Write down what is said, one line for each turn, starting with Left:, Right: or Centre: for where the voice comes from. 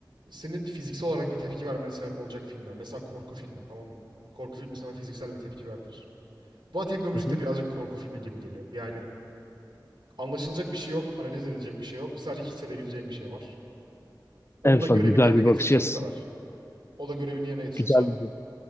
Right: Senin fiziksel olarak bir tepki vermene sebep olacak filmler. Mesela korku filmi tamam mı? Korku filmi sana fiziksel bir tepki verdirir. Bana teknomüzik
Left: Hı hı.
Right: de birazcık korku filmi gibi geliyor. Yani anlaşılacak bir şey yok, analiz edilecek bir şey yok. Sadece hissedebileceğim bir şey var. Onu
Left: Evet
Right: da görevini
Left: bak güzel
Right: yerine
Left: bir
Right: getiriyorsa
Left: bakış açısı.
Right: bu kadar. O da görevini yerine getiriyorsa
Left: Güzel bir